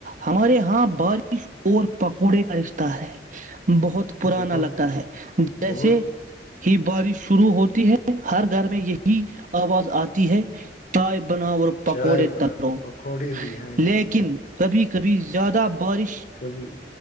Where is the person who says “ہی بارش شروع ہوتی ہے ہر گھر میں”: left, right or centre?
Right